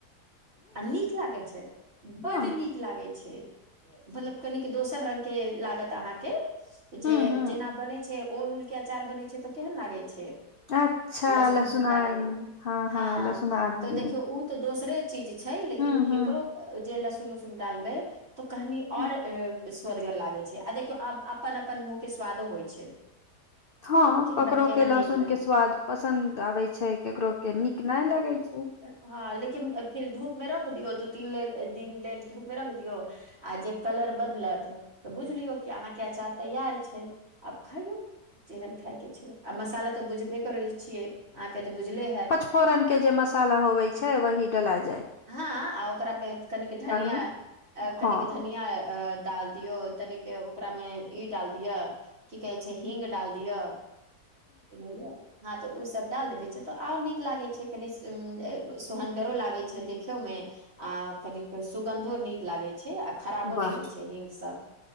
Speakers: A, on the right; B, on the left.
A: आ नीक लागै छै, बड्ड
B: हँ
A: नीक। लागै छै, मतलब कनीक दोसर रंग के लागत अहाँके।
B: ह
A: जे
B: ह
A: जेना बनै छै ओल-उल के अचार बनै छै तऽ केहन लागै छै।
B: अच्छा
A: लसुन
B: लहसुनाइन
A: डालल हँ
B: लहसुन आदमी
A: तऽ देखियौ उ। तऽ दोसरे चीज छै, लेकिन
B: ह ह
A: एकरो जे लहसुन- उसुन डालबै। तो कहनी
B: हँ
A: और स्वदगर लागे छै, आ देखियौ आब अपन-अपन मुँह के स्वादो होइ छै।
B: हँ
A: कि हमरा
B: ककरोके
A: केहन
B: लहसुनके
A: नीक लाग
B: स्वाद पसन्द आबै छै, ककरोके नीक नहि लगैत छै।
A: हँ लेकिन फिर धूप में रख दियौ, दू-तीन लेल दिन लेल धूप में रख दियऔ। आ जे कलर बदलत तऽ बुझलियौ कि अहाँके अचार तैयार छै। आब खाइयों जेहन खायके छै, आ मसाला तऽ बुझबे करै छियै। अहाँके तऽ बुझले हैत।
B: फोरन के जे मसाला होवे छै, वही डला जायत।
A: हँ, आ ओकरा में कनिक धनियां,
B: मे
A: कनिक
B: हँ
A: धनि। या अ डाल दियऔ, तनिक ओकरामे ई डाल दियऽ। की कहै छै, हींग डाल दियऽ बुझलियै। हँ तऽ ओ सब डाल देबे छै, तो आर नीक लागे छै कनी सोहनगरो लागे छै। छे, देखियो में आ कनिक सुगंधो नीक लागे छै। छै, आ खराबो
B: वाह
A: नहि होइ छै हिगसँ